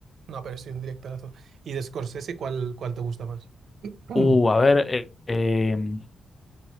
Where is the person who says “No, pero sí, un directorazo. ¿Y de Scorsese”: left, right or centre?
Right